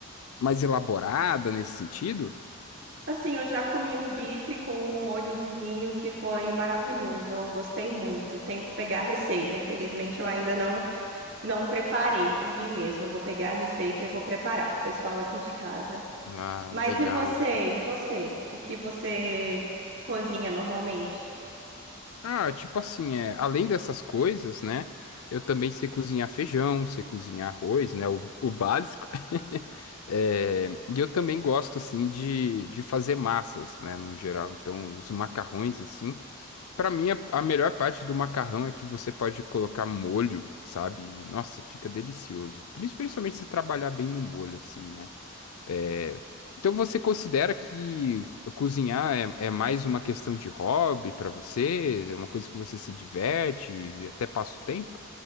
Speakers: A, on the left; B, on the right.
A: mais elaborada nesse sentido.
B: Assim, eu já comi um bife com um molho de vinho que foi maravilhoso. Eu gostei muito. Tenho que pegar a receita. Infelizmente, eu ainda não não preparei por mim mesma. Eu vou pegar a receita e vou preparar para o pessoal aqui de casa.
A: Ah,
B: Mas
A: legal.
B: e você? E você? O que você cozinha normalmente?
A: Ah, tipo assim, é, além dessas coisas, né? Eu também sei cozinhar feijão, sei cozinhar arroz, né? O, o básico. <laughs> É, e eu também gosto, assim, de, de fazer massas, né? No geral. Então, os macarrões, assim. Pra mim, a, a melhor parte do macarrão é que você pode colocar molho, sabe? E, nossa, fica delicioso. Principalmente se trabalhar bem no molho, assim, né? É, Então você considera que cozinhar é, é mais uma questão de hobby para você? É uma coisa que você se diverte e até passa o tempo?